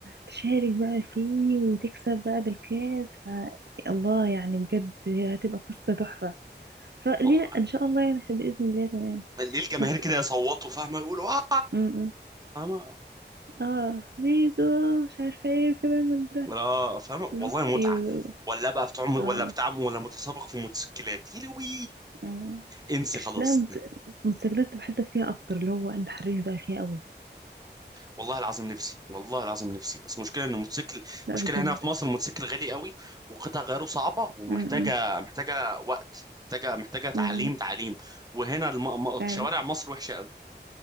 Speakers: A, on the right (about 70°); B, on the right (about 20°).
A: تشارك بقى فيه وتكسب بقى بالكاس ف... الله يعني بجد هتبقى قصة تحفة فليه
B: والله
A: لا ان شاء الله يعني بإذن الله تمام
B: ليه الجماهير
A: طب
B: كده
A: إيه-
B: يصوتوا فاهمة يقولوا اه
A: م- م.
B: فاهمة
A: اه زيزو مش عارفة ايه وكلام من ده
B: لا فاهمة والله
A: لا
B: متعة
A: ايوه
B: ولا بقى بتاع ولا
A: اه
B: بتاع ولا متسابق في موتوسيكلات يلوي
A: م.
B: انسي خلاص
A: لا مت- مستجدات بحسك فيها اكتر اللي هو انت حريف بقى فيها قوي
B: والله العظيم نفسي والله العظيم نفسي بس مشكلة ان الموتوسيكل
A: لا
B: مشكلة
A: بجد
B: هنا في مصر الموتوسيكل غالي قوي وقطع غيره صعبة ومحتاجة
A: م- م.
B: محتاجة وقت محتاجة محتاجة تعليم
A: م- م.
B: تعليم وهنا الم... م-
A: فعلا
B: شوارع مصر وحشة قوي